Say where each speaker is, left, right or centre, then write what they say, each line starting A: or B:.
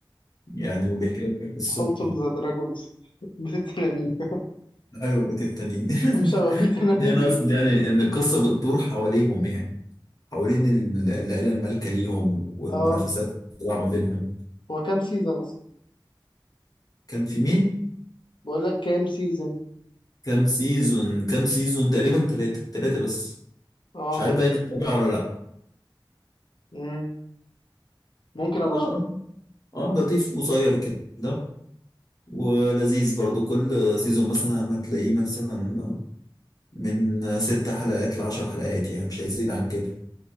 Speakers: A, on the left (about 45°); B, on the left (about 70°).
A: يعني وبيحكي لك قصة
B: هاوس اوف ذا دراجونز <laughs> بيت التنانين
A: ايوه بيت التنانين
B: <laughs> مش هيبقى
A: <laughs>
B: فيه تنانين
A: انا اقصد يعني ان القصة بتدور حواليهم يعني حوالين ال- العيلة المالكة ليهم والمنافسات
B: <laughs> اه
A: اللي ما بينهم
B: هو كام سيزون أصلا
A: كان في مين
B: بقول لك كام سيزون
A: كام سيزون كام سيزون تقريبا ثلاثة ثلاثة بس
B: اه
A: مش عارف بقى تتابع ولا لا
B: مم. ممكن أبقى
A: اه
B: أشوف
A: اه لطيف وصغير كده ولذيذ برضو كل سيزون مثلا هتلاقيه مثلا من ست حلقات لعشر حلقات يعني مش هيزيد عن كده